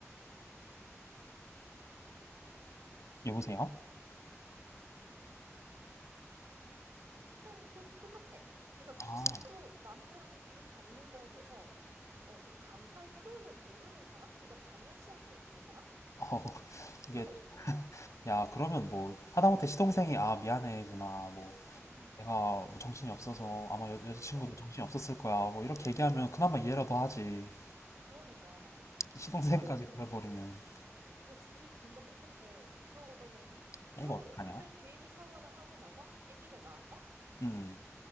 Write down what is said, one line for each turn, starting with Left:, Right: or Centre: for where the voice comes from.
Left: 여보세요?
Right: 생도 똑같아. 그러니까
Left: 아,
Right: 둘이 똑같고 남들한테 도움 받는 거에 대해서 어, 좀 감사의 표현을 모르는 사람? 그러니까 당연시하게 여기는 사람?
Left: 어,
Right: 그래가지고
Left: 이게, 야,
Right: 어,
Left: 그러면 뭐, 하다못해 시동생이, 아, 미안해, 누나, 뭐,
Right: 응,
Left: 내가
Right: 응,
Left: 뭐 정신이 없어서 아마 여, 여자친구도
Right: 어.
Left: 정신이 없었을 거야. 뭐 이렇게 얘기하면 그나마 이해라도 하지.
Right: 그러니까.
Left: 시동생까지
Right: 아니,
Left: 그래버리면
Right: 그니까 둘이 진짜 똑같아. 그러고서는,
Left: 아,
Right: 그러고,
Left: 이거 어떡하냐?
Right: 근데 베이비 샤워를 하고 나서 아기를 낳았다?
Left: 음,